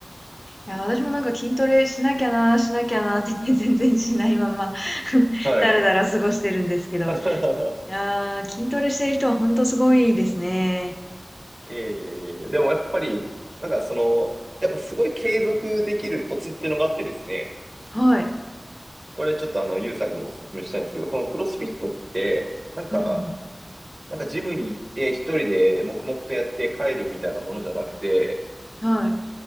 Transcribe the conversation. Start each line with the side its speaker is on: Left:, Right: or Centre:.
Left: いや、私もなんか筋トレしなきゃな、しなきゃなって言って <laughs> 全然しないまま <laughs>
Right: はい。
Left: だらだら過ごしてるんですけど。
Right: <laughs>
Left: いやー、筋トレしてる人は本当すごいですね。
Right: いえいえいえ。でもやっぱり、なんかその、やっぱすごい継続できるコツっていうのがあってですね、
Left: はい。
Right: これちょっとあの、ユウさんにもお勧めしたいんですけど、このクロスフィットって、なんか、
Left: うん
Right: なんかジムに行って一人で黙々とやって帰るみたいなものじゃなくて、
Left: うん。はい。